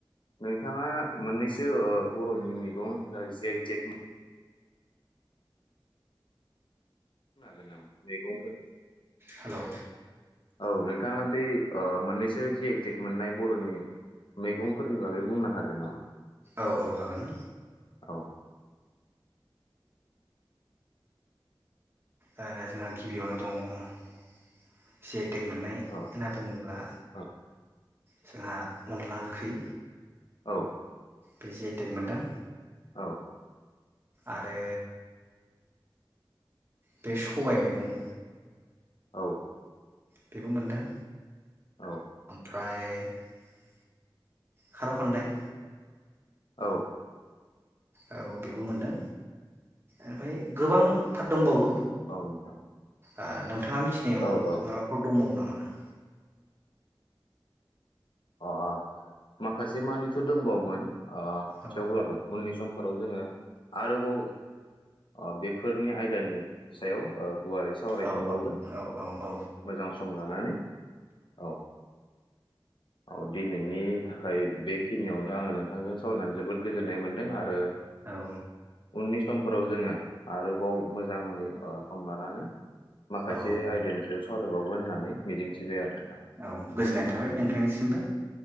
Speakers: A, on the left; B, on the right.
A: नोंथाङा मोननैसो ओ बरनि मैगं जे आइटेक बुंनो हागोन नामा? मैगंफोर
B: हेलौ
A: औ नोंथाङा बे ओ मोननैसो जिआइटिक मोननाय बरनि मैगंफोरनि बागै बुंनो हागोन नामा?
B: औ औ हागोन
A: औ
B: ओ जोंहा गिबियावनो दङ सिट जिआइटेक मोननाय होनना
A: औ
B: बुङोब्ला
A: औ
B: जोंहा अनला ओंख्रि
A: औ
B: बे जिआइटेक मोनदों
A: औ
B: आरो बे सबाय मेगं
A: औ
B: बेबो मोनदों
A: औ
B: फ्राय खारौ खान्दाय
A: औ
B: औ बेबो मोनदों एनफाय गोबांथार दंबावो।
A: औ नोंथां
B: आ नल थाङा मिथिनायाव
A: औ औ
B: माबाफोर दंबावो नामा? मा।
A: अ अ माखासे मानिथ दंबावोमोन। अ
B: औ
A: थेवब्लाबो उननि सम फोराव जोङो आरोबाव अ बेफोरनि आयदानि सायाव गुवारै सावरायफिनबावगोन
B: औ औ औ
A: मोजां सम लानानै औ औ दिनैनि थाखाय बेखिनियावनो आङो नोंथांजों सावरायनानै जोबोद गोजोननाय मोन्दों आरो
B: औ
A: उननि समफोराव जोङो आरोबाव मोजाङै ओ सम लानानै माखासे
B: औ
A: आइडानि सायाव सावरायबावगोन होननानै मिजिंथिबाय आरो नोंथां
B: औ गोजोननाय थाबाय नोंथांनिसिमबो